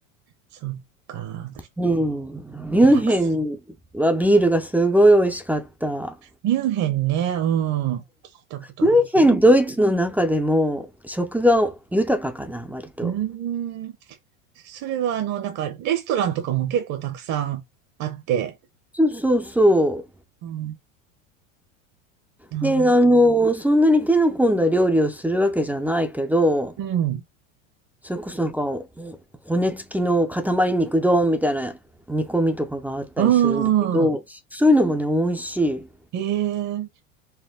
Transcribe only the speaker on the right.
そっか。
イタクス。
ミュンヘンね。うん。聞いたことあるぞ。
うーん。それはあの、なんかレストランとかも結構たくさんあって、
うん、なる、
うん、
うん、
へえ